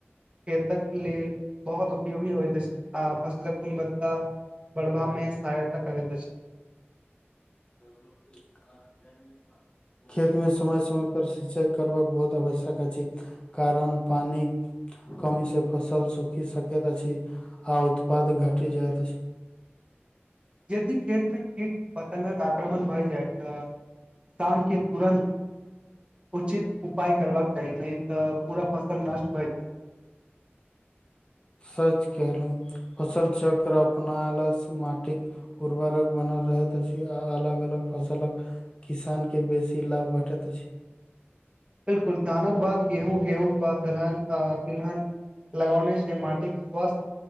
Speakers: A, on the right (about 25°); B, on the left (about 25°).
A: खेतक लेल बहुत उपयोगी होइत अछि, आ फसलक गुणवत्ता- बढ़बा मे सहायता करैत अछि।
B: <inaudible> खेत मे समय- समय पर, सिंचाई करबाक बहुत आवश्यक अछि। कारण पानिक कमी से फसल सुखि सकैत अछि, आ उत्पाद घटि जाइत अछि।
A: यदि खेत मे कीट -पतंगक आक्रमण भए जाय तऽ- किसान के तुरन्त उचित उपाय करबाक चाही, नहि त पूरा फसल नष्ट होयत। <inaudible>
B: सच केलहु, फसल चक्र अपना अलग सँ माटिक। उर्बारक बनल रहैत अछि, आ अलग -अलग फसलक किसान के बेसी लाभ भेटैत अछि।
A: 'बिलकुल' धानक बाद गेहूँ, गेहूँ के बाद दलहन, आ दुल्हन। लगौने से माटिक स्वस्थ